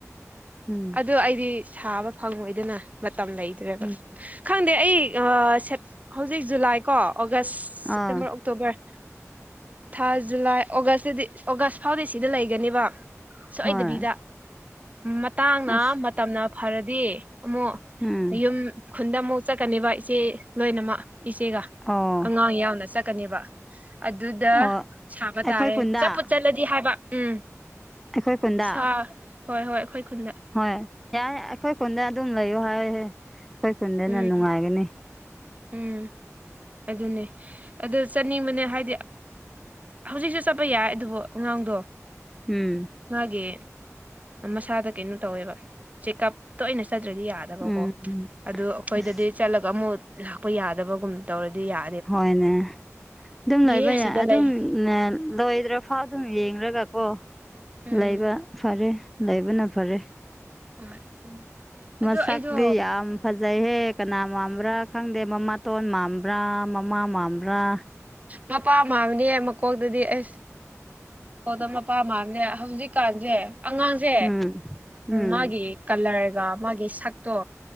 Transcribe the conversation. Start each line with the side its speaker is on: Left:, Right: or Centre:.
Centre: <inaudible>
Right: ꯑꯗꯣ ꯑꯩꯗꯤ ꯁꯥꯕ ꯐꯪꯉꯣꯏꯗꯅ ꯃꯇꯝ ꯂꯩꯇ꯭ꯔꯦꯕ
Centre: ꯎꯝ
Right: ꯈꯪꯗꯦ ꯑꯩ ꯁꯦꯞ ꯍꯧꯖꯤꯛ ꯖꯨꯂꯥꯏ ꯀꯣ ꯑꯣꯒꯁ
Centre: ꯑꯥ
Right: ꯁꯦꯞꯇꯦꯝꯕꯔ ꯑꯣꯛꯇꯣꯕꯔ ꯊꯥ ꯖꯨꯂꯥꯏ ꯑꯣꯒꯁꯇꯗꯤ ꯑꯣꯒꯁ ꯐꯥꯎꯗꯤ ꯁꯤꯗ ꯂꯩꯒꯅꯦꯕ ꯁꯣꯏꯗꯕꯤꯗ
Centre: ꯍꯣꯏ
Right: ꯃꯇꯥꯡꯅ
Centre: ꯑꯁ
Right: ꯃꯇꯝꯅ ꯐꯔꯗꯤ ꯑꯃꯨꯛ
Centre: ꯎꯝ
Right: ꯌꯨꯝ ꯈꯨꯟꯗ ꯑꯃꯨꯛ ꯆꯠꯀꯅꯦꯕ ꯏꯆꯦ ꯂꯣꯏꯅꯃꯛ ꯏꯆꯦꯒ
Centre: ꯑꯣ
Right: ꯑꯉꯥꯡ ꯌꯥꯎꯅ ꯆꯠꯀꯅꯦꯕ ꯑꯗꯨꯗ
Centre: ꯑꯣ
Right: ꯁꯥꯕ
Centre: ꯑꯩꯈꯣꯏ
Right: ꯇꯥꯔꯦ
Centre: ꯈꯨꯟꯗ
Right: ꯆꯠꯄꯨ ꯆꯠꯂꯗꯤ ꯗꯤ ꯍꯥꯏꯕ ꯎꯝ
Centre: ꯑꯩꯈꯣꯏ ꯈꯨꯟꯗ
Right: ꯁꯥ ꯍꯣꯏ ꯍꯣꯏ ꯑꯩꯈꯣꯏ ꯈꯨꯟꯗ
Centre: ꯍꯣꯏ ꯌꯥꯏ ꯑꯩꯈꯣꯏ ꯈꯨꯟꯗ ꯑꯗꯨꯝ ꯂꯩꯌꯣ ꯍꯥꯏꯍꯦ ꯑꯩꯈꯣꯏ ꯈꯨꯟꯗꯅ
Right: ꯎꯝ
Centre: ꯅꯨꯡꯉꯥꯏꯒꯅꯤ
Right: ꯎꯝ ꯑꯗꯨꯅꯦ ꯑꯗꯨ ꯆꯠꯅꯤꯡꯕꯅꯦ ꯍꯥꯏꯗꯤ ꯍꯧꯖꯤꯛꯁꯨ ꯆꯠꯄ ꯌꯥꯏ ꯑꯗꯨꯕꯨ ꯑꯉꯥꯡꯗꯣ
Centre: ꯎꯝ
Right: ꯃꯥꯒꯤ ꯃꯁꯥꯗ ꯀꯩꯅꯣ ꯇꯧꯋꯦꯕ ꯆꯦꯛꯑꯞ ꯇꯣꯏꯅ ꯆꯠꯇ꯭ꯔꯗꯤ ꯌꯥꯔꯦ
Centre: ꯎꯝ
Right: ꯑꯗꯨ ꯑꯩꯈꯣꯏꯗꯗꯤ
Centre: ꯑꯁ
Right: ꯆꯠꯂꯒ ꯑꯃꯨꯛ ꯂꯥꯛꯄ ꯌꯥꯗꯕꯒꯨꯝ ꯇꯧꯔꯗꯤ ꯌꯥ
Centre: ꯍꯣꯏꯅꯦ ꯑꯗꯨꯝ ꯂꯩꯕ
Right: ꯑꯁꯤꯗ
Centre: ꯌꯥꯏ
Right: ꯂꯩꯔꯦ
Centre: ꯑꯗꯨꯝ ꯂꯣꯏꯗ꯭ꯔ ꯐꯥꯎ ꯑꯗꯨꯝ ꯌꯦꯡꯂꯡꯒꯀꯣ
Right: ꯎꯝ
Centre: ꯂꯩꯕ ꯐꯔꯦ ꯂꯩꯕꯅ ꯐꯔꯦ
Right: ꯍꯣꯏ <unintelligible>
Centre: ꯃꯁꯛꯗꯤ
Right: ꯑꯩꯗꯣ
Centre: ꯌꯥꯝ ꯐꯖꯩꯍꯦ ꯀꯅꯥ ꯃꯥꯟꯕ꯭ꯔꯥ ꯈꯪꯗꯦ ꯃꯃꯥꯇꯣꯟ ꯃꯥꯟꯕ꯭ꯔꯥ ꯃꯃꯥ ꯃꯥꯟꯕ꯭ꯔꯥ
Right: ꯃꯄꯥ ꯃꯥꯟꯕꯅꯤꯅꯦ ꯃꯀꯣꯛꯇꯗꯤ ꯑꯩꯁ ꯀꯣꯗ ꯃꯄꯥ ꯃꯥꯟꯕꯅꯦ ꯍꯧꯖꯤꯛ ꯀꯥꯟꯁꯦ ꯑꯉꯥꯡ ꯁꯦ
Centre: ꯎꯝ ꯎꯝ
Right: ꯃꯥꯒꯤ ꯀꯂꯔꯒ ꯃꯥꯒꯤ ꯁꯛꯇꯣ